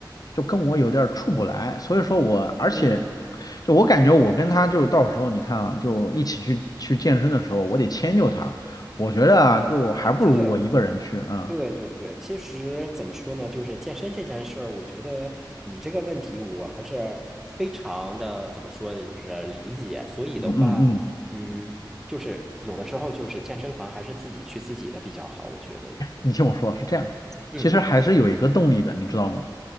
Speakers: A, on the left; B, in the centre.
A: 就跟我有点儿处不来，所以说我而且
B: 嗯，
A: 就我感觉我跟他就到时候你看啊，就一起去去健身的时候，我得迁就他，我觉得啊就还不如我一个人去啊，
B: 哦，原来是这样。对对对，其实怎么说呢，就是健身这件事儿，我觉得你这个问题我还是非常的怎么说呢，就是理解。所以的话，
A: 嗯嗯嗯，
B: 嗯，就是有的时候就是健身房还是自己去自己的比较好，我觉得。
A: 你听我说是这样，
B: 嗯，
A: 其实还是有一个动力的，你知道吗？